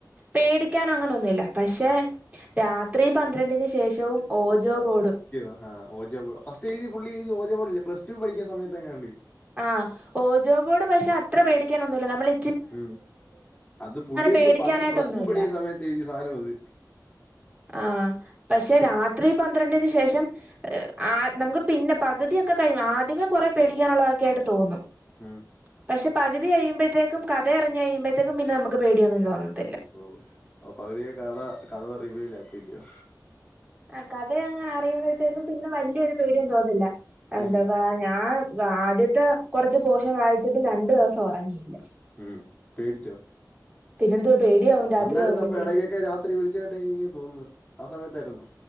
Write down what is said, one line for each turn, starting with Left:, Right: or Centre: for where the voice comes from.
Right: പേടിക്കാൻ അങ്ങനെ ഒന്നു ഇല്ല പക്ഷേ
Left: ആഹ്
Right: രാത്രി പന്ത്രണ്ടിനന് ശേഷവും ഓജോ ബോഡും
Left: ആ ഓജോ ബോഡ്, ഫസ്റ്റ് എഴുതി., പുള്ളി എഴുതി, <unintelligible> ഓ ജോ ഇത് പോലെ പ്ലസ്ടു പഠിക്കുന്ന സമയത്ത് എങ്ങനണ്ട്
Right: ആ ഓജോ ബോഡ് പക്ഷെ അത്ര പേടിക്കാനൊന്നുല്ല നമ്മള്
Left: ഉം അത് പുള്ളി എന്തോ
Right: പേടിക്കാനായിട്ടൊന്നുല്ല
Left: പ പ്ലസ്ടു പഠിക്കുന്ന സമയത്ത് എഴുതിയ സാധനാ അത്
Right: ആ പക്ഷെ രാത്രി പന്ത്രണ്ടിന് ശേഷം ആ നമുക്ക് പിന്നെ പകുതിയൊക്കെ കഴിയു ആദ്യമേ കൊറെ പേടിക്കാനുള്ളതൊക്കെ ആയിട്ട് തോന്നും
Left: ഉം
Right: പക്ഷേ പകുതി കഴിയുമ്പോഴുത്തേക്കും കഥയറിഞ്ഞ് കഴിയുപോഴേത്തെക്കും പിന്നെ നമുക്ക് പേടി ഒന്നുമല്ല തോന്നണത്
Left: ഓ അപ്പൊ പകുതിയെ കഥ കഥ റിവ്യൂ വിലാക്കും ഇയ്യോ
Right: ആ കഥയ അങ്ങെ അറിയുമ്പോഴത്തേക്കും പിന്നെ വലിയൊരു പേടിയും തോന്നത്തില്ല എന്തവാ
Left: ഉം
Right: ഞാൻ ആദ്യത്തെ കുറച്ച് പോഷൻ വായിച്ചിട്ട് രണ്ടു ദിവസം ഉറങ്ങിയില്ല
Left: ഉം, പേടിച്ചോ,
Right: പിന്നെന്തോ പേടിയാവും രാത്രി
Left: അന്നാരന്ന്
Right: ആവുമ്പോഴത്തേക്കും
Left: അപ്പ ഇടക്കൊക്കെ രാത്രി വിളിച്ചതായിട്ടെ എനിക്ക് തോന്നുന്നു ആ സമയത്തായിരുന്നു